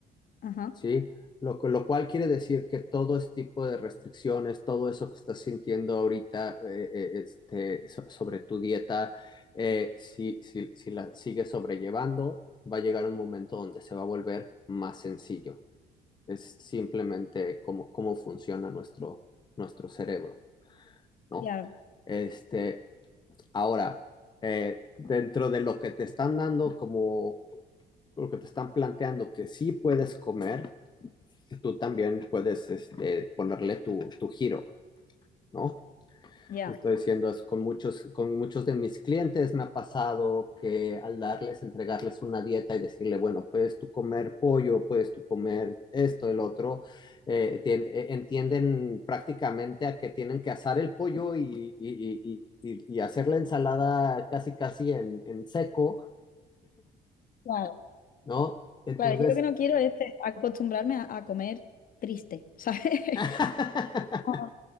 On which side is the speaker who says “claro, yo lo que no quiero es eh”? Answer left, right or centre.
Left